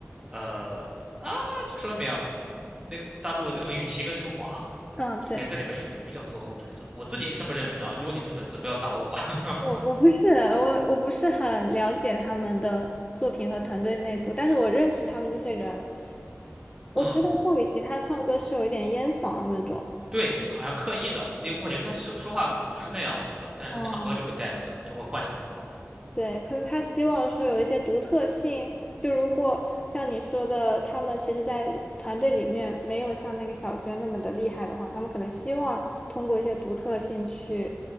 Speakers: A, on the right (about 15°); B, on the left (about 20°).
A: 呃叫什么名啊那个大陆那个呃雨琦跟舒华。
B: 嗯，
A: 就感觉在里面是属于比较拖后腿的，
B: 对，
A: 我自己是这么认为的啊如果你是粉丝，不要打我。<laughs>
B: 我我不是我我不是很了解他们的作品和团队内部，但是我认识他们这些人，
A: 嗯，
B: 我知道宋雨琦她唱歌是有一点烟嗓的那种。
A: 对，好像刻意的，你我感觉他说说话不是那样的，但是他唱歌就会带那个，
B: 嗯。
A: 就会换成那个状态。
B: 对，可能他希望说有一些独特性。就如果像你说的，他们其实，在团队里面没有像那个小娟那么的厉害的话，他们可能希望通过一些独特性去，